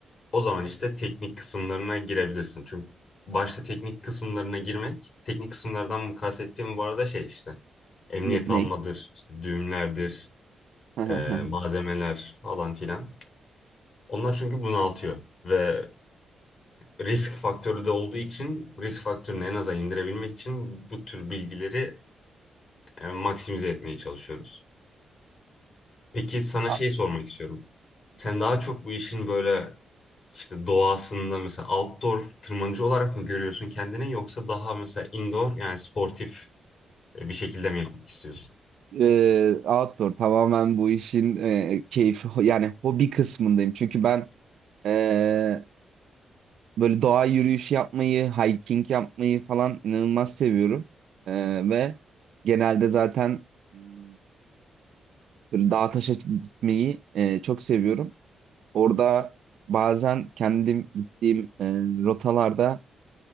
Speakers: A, on the left (about 50°); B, on the right (about 75°).
A: O zaman işte teknik kısımlarına girebilirsin. Çünkü başta teknik kısımlarına girmek, teknik kısımlardan kastettiğim bu arada şey işte emniyet
B: Ne? ne?
A: almadır, işte düğümlerdir,
B: Hı hı,
A: e,
B: hı
A: malzemeler falan filan. Onlar çünkü bunaltıyor ve risk faktörü de olduğu için risk faktörünü en aza indirebilmek için bu tür bilgileri e, maksimize etmeye çalışıyoruz. Peki sana
B: hı.
A: şey sormak istiyorum. Sen daha çok bu işin böyle işte doğasında mesela outdoor tırmanıcı olarak mı görüyorsun kendini yoksa daha mesela indoor yani sportif e, bir şekilde mi yapmak istiyorsun?
B: e, outdoor tamamen bu işin e, keyfi ho- yani hobi kısmındayım. Çünkü ben e, böyle doğa yürüyüşü yapmayı, hiking yapmayı falan inanılmaz seviyorum. E, ve genelde zaten m, böyle dağ taşa gitmeyi e, çok seviyorum. Orada bazen kendim gittiğim e, rotalarda